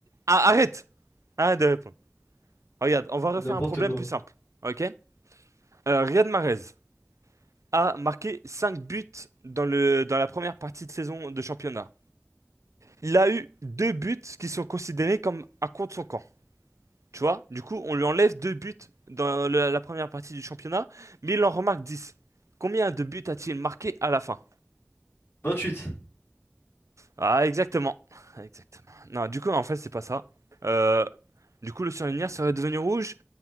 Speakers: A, on the right; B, on the left.
A: Ah, arrête! Arrête de répondre. Regarde, on va
B: N'importe
A: refaire un problème
B: quoi.
A: plus simple, ok? Euh, Riyad Mahrez a marqué 5 buts dans le, dans la première partie de saison de championnat. Il a eu 2 buts qui sont considérés comme un contre son camp, tu vois? Du coup, on lui enlève 2 buts dans le- la première partie du championnat, mais il en remarque dix Combien de buts a-t-il marqué à la fin?
B: 28.
A: Ah, exactement. Exactement. Non, du coup, en fait, c'est pas ça. Euh, du coup, le surligneur serait devenu rouge.